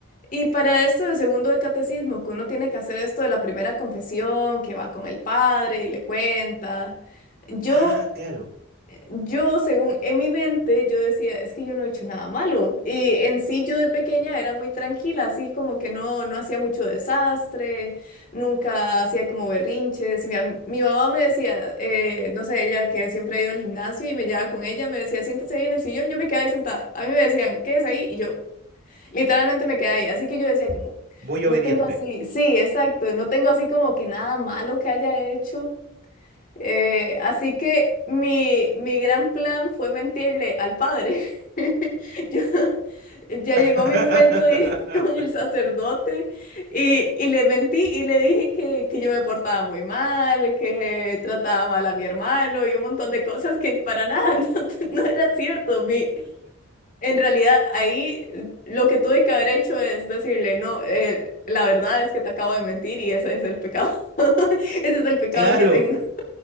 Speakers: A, on the left; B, on the right.
A: Y para esto del segundo de catecismo, que uno tiene que hacer esto de la primera confesión, que va con el padre y le cuenta. Yo
B: ah, claro.
A: yo, según en mi mente, yo decía, es que yo no he hecho nada malo. Y en sí, yo de pequeña era muy tranquila, así como que no, no hacía mucho desastre, nunca hacía como berrinches. Y mi, am- mi mamá me decía, eh, no sé, ella que siempre ha ido al gimnasio y me llevaba con ella, me decía, siéntese ahí en el sillón, yo me quedaba ahí sentada. A mí me decían, ¿qué es ahí? Y yo literalmente me quedaba ahí. Así que yo decía como,
B: Muy
A: no
B: obediente.
A: tengo así, sí, exacto, no tengo así como que nada malo que haya hecho. Eh, así que mi, mi gran plan fue mentirle al padre. <laughs> Yo- ya
B: <laughs>
A: llegó mi momento de ir <laughs> con el sacerdote y, y le mentí y le dije que, que yo me portaba muy mal, que trataba mal a mi hermano y un montón de cosas que para nada <laughs> no, te- no era cierto. Mi, en realidad ahí eh, lo que tuve que haber hecho es decirle, no, eh, la verdad es que te acabo de mentir y ese es el pecado. <laughs> Ese es el pecado
B: Claro,
A: que tengo.